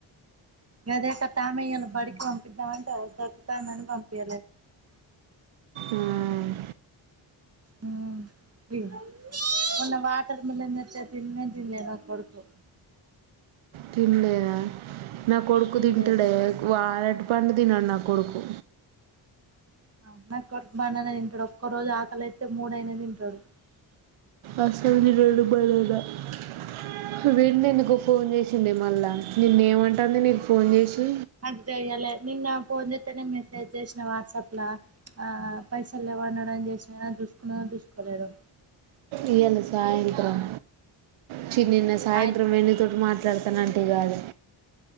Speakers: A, on the right (about 30°); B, on the right (about 80°).
A: గదేకతా బడికి పంపిద్దామంట వద్దద్దని పంపిలా
B: ఆ ఆహ్
A: హ్మ్మ్ మమ్మీ మొన్న వాటర్ మిలన్ తెత్తే తిన్నే తిన్లేదు నా కొడుకు
B: తిన్లే నా కొడుకు
A: తినలే
B: తింటాడే వార పండు తినడు నా కొడుకు
A: అవు నా కొడుకు బనానా తింటాడు ఒక్క రోజు ఆకలియితే మూడైన తింటాడు
B: అసలు <unintelligible> విడి ఎందుకు ఫోన్ చేసిండే మళ్ళా నిన్న ఏమంటాంది నీకు ఫోన్ చేసి
A: నాకు చెయ్యాలె నిన్న ఫోన్ చేతేనే మెసేజ్ చేసిన వాట్సాప్లా ఆ పైసలు లేవన్నాని చేసినా చూసుకుని చూసుకోలేడు
B: ఇయ్యాల సాయంత్రం చీ నిన్న సాయంత్రం
A: అయి
B: మీ నేన్ నీతోటి మాట్ల మాట్లాడతానంటివి కాదు